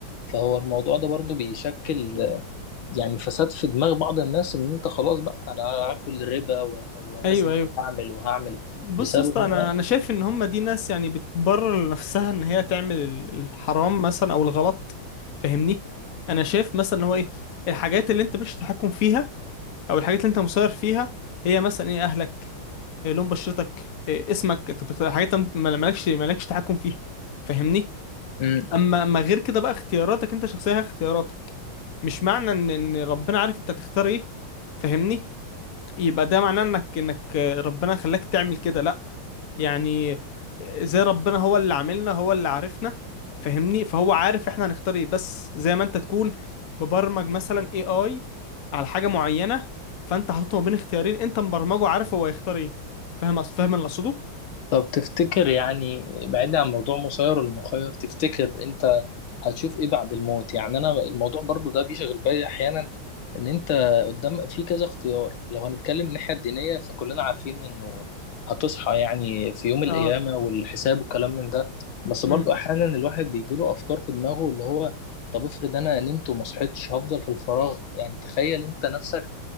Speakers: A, on the left; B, on the left.
A: فهو الموضوع ده برضو بيشكل آه، يعني فساد في دماغ بعض الناس ان انت خلاص بقى انا هاكل ربا وه- وهزني
B: ايوه ايوه
A: وهعمل وهعمل
B: بص
A: بسبب
B: يا اسطى انا
A: إن
B: انا شايف ان هم دي ناس يعني بتبرر لنفسها ان هي تعمل ال- الحرام مثلا او الغلط فاهمني انا شايف مثلا ان هو ايه الحاجات اللي انت مش تحكم فيها او الحاجات اللي انت مسير فيها هي مثلا ايه اهلك إيه لون بشرتك إيه اسمك انت بتختار حاجات انت ما- مالكش مالكش تحكم فيها فاهمني
A: أنا
B: اما اما غير كده بقى اختياراتك انت شخصيه هي اختياراتك مش معنى ان ان ربنا عارف انت هتختار ايه فاهمني يبقى ده معناه انك انك ربنا خلاك تعمل كده لا يعني زي ربنا هو اللي عاملنا هو اللي عارفنا فاهمني فهو عارف احنا هنختار ايه بس زي ما انت تكون مبرمج مثلا اي اي على حاجه معينه فانت حاططه ما بين اختيارين انت مبرمجه عارف هو هيختار ايه فاهم أص- فاهم اللي اقصده
A: طب تفتكر يعني بعيدا عن موضوع مسير ولا مخير تفتكر انت هتشوف ايه بعد الموت يعني انا الموضوع برضو ده بيشغل بالي احيانا ان انت قدام في كذا اختيار لو هنتكلم من الناحية الدينية فكلنا عارفين انه هتصحى يعني في يوم القيامة
B: اه
A: والحساب والكلام من ده بس برضو
B: امم
A: احيانا الواحد بيجيله افكار في دماغه اللي هو طب افرض انا نمت وما صحيتش هفضل في الفراغ يعني تخيل انت نفسك